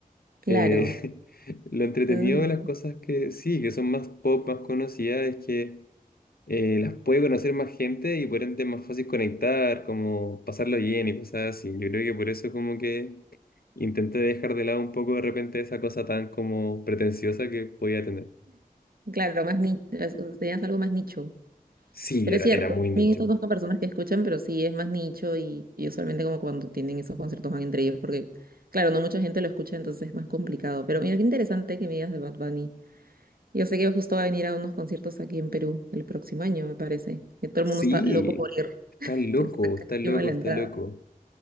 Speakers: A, on the right; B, on the left.
A: Claro.
B: Eh, <laughs> lo entretenido
A: Ujú.
B: de las cosas que sí, que son más pop, más conocidas, es que eh, las puede conocer más gente y por ende es más fácil conectar, como pasarlo bien y cosas así. Yo creo que por eso como que intenté dejar de lado un poco de repente esa cosa tan como pretenciosa que podía tener.
A: Claro, más nicho. Tenías algo más nicho.
B: Sí,
A: Pero
B: era,
A: es cierto,
B: era muy
A: a
B: nicho.
A: conozco personas que escuchan, pero sí es más nicho y, y usualmente como cuando tienen esos conciertos van entre ellos, porque claro, no mucha gente lo escucha, entonces es más complicado. Pero mira, qué interesante que me digas de Bad Bunny. Yo sé que justo va a venir a unos conciertos aquí en Perú el próximo año, me parece. Que todo el
B: Sí,
A: mundo está loco por ir,
B: está loco,
A: que está carísima
B: está loco,
A: la entrada.
B: está loco.